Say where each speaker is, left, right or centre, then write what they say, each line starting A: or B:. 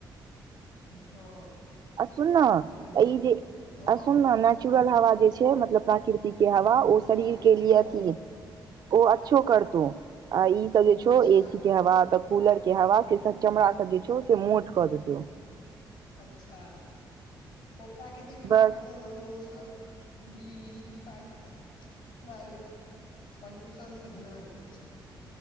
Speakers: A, on the left; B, on the right.
A: हँ
B: अआ सुुन न
A: सही कहै छी
B: ई जे
A: हँ
B: असुन न नेचुरल
A: कथी
B: हवा जे छैय मतलब प्राकृति के हवा ओ शरीर
A: प्राकृतिक
B: के लिए अथी
A: हँ
B: ओ अच्छो करत आ ई सब जे छौ
A: अच्छा
B: एसी के हवा त कूलर के हवा से चमड़ा सब जे छौ से मोट कऽ देत
A: अच्छा ओ प्राकृतिक हवा
B: बस
A: रहै छैय ओहिमे ओ सब बीड़ी वीड़ी पी पा के पूर पोल्यूशन स के घिन छ